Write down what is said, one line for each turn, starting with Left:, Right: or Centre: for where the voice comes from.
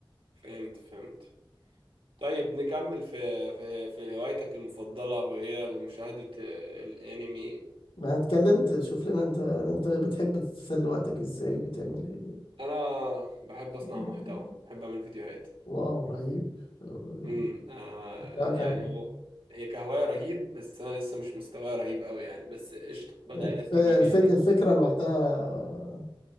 Right: فهمت فهمت طيب نكمل في في في هوايتك المفضلة وهي مشاهدة الأنمي
Left: ما اتكلمت شوف لنا انت انت بتحب تسلي وقتك ازاي بتعمل ايه
Right: أنا بحب أصنع
Left: <laughs>
Right: محتوى بحب أعمل فيديوهات
Left: واو رهيب آه،
Right: امم آه
Left: بتاعك
Right: يعني
Left: عن
Right: هو هي كهواية رهيب بس أنا لسه مش مستواي رهيب أوي يعني بس قشطة بدأت
Left: ايه كفاية
Right: تجيب
Left: الفك...
Right: يعني
Left: الفكرة لوحدها